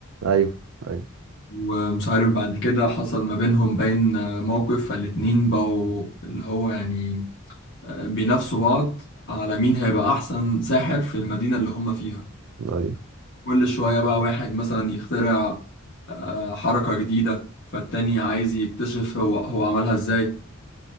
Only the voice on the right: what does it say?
ايوه ايوه
ايوه